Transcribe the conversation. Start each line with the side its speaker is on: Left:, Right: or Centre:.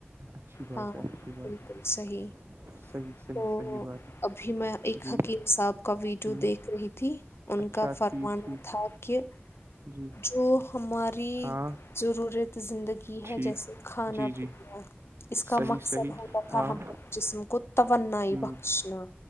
Right: اچھی بات
Left: ہاں
Right: ہے اچھی بات
Left: بالکل صحیح
Right: ہے صحیح صحیح
Left: تو
Right: صحیح بات ہے
Left: ابھی میں ایک
Right: جی
Left: حکیم صاحب کا ویڈیو
Right: ہوں
Left: دیکھ رہی تھی ان
Right: اچھا
Left: کا فرمانا
Right: ٹھیک ٹھیک
Left: تھا کہ
Right: جی
Left: جو ہماری
Right: ہاں
Left: ضرورت زندگی کی ہے
Right: ٹھیک
Left: جیسے کھانا
Right: جی جی
Left: پ اس کا
Right: صحیح
Left: مقصد
Right: صحیح
Left: ہوتا تھا
Right: ہاں
Left: ہمار جسم کو توانائی
Right: ہ
Left: بخشنا